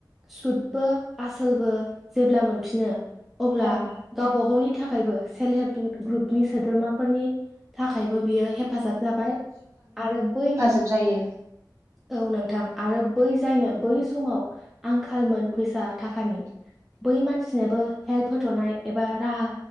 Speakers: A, in the centre; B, on the right.
A: सुतबो आसोलबो जेब्ला मोनफिनो अब्ला
B: औ
A: गावबा गावनि थाखायबो सेल्फ हेल्प ग्रुपनि सोद्रोमाफोरनि थाखायबो बियो हेफाजाब जाबाय आरो बै
B: जोब जायो
A: औ नोंथां आरो बै जायनो बै समाव आंखालमोन फैसा थाखानि बै मानसिनोबो हेल्प होथ'नाय एबा राहा